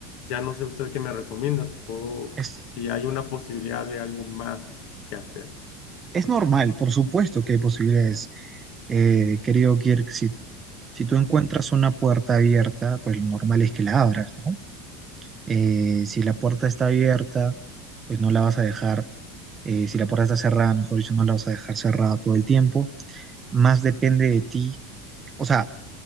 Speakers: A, on the left; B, on the right.
A: ya no sé usted qué me recomienda, si puedo,
B: es,
A: si hay una posibilidad de algo más que hacer.
B: Es normal, por supuesto que hay posibilidades. Eh, querido Kirk, si, si tú encuentras una puerta abierta, pues lo normal es que la abras, ¿no? Eh, si la puerta está abierta, pues no la vas a dejar. eh, si la puerta está cerrada, mejor dicho, no la vas a dejar cerrada todo el tiempo. Más depende de ti. O sea,